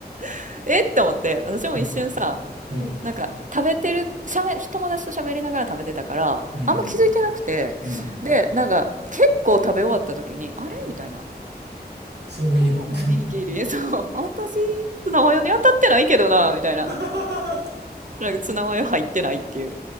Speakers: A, on the right (about 50°); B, on the right (about 90°).
A: <laughs> えって思って私も一瞬さ
B: うん。うん
A: なんか食べてるしゃべ友達と喋りながら食べてたからあんま気づいてなくてでなんか結構食べ終わった時にあれみたいな
B: うんうん。うんうん。うんそういえばみたいな。
A: このおにぎり <laughs> そう私ツナマヨに当たってないけどなみたいな
B: <laughs>
A: なんかツナマヨ入ってないっていう